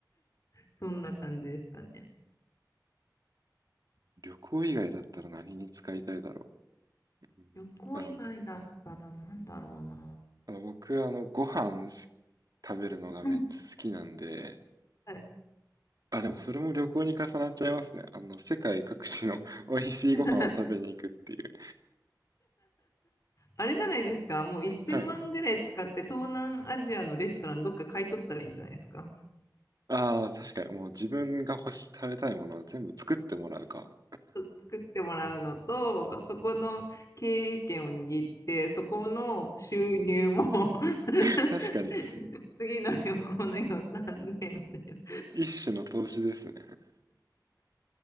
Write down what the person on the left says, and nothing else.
そんな感じですかね。
旅行以外だったらなんだろうな。
うんはい
<laughs> あれじゃないですか、もう1000万ぐらい使って東南アジアのレストランどっか買い取ったらいいんじゃないですか。
作ってもらうのと、そこの経営権を握って、そこの収入も <laughs>
次の旅行の予算でみたいな、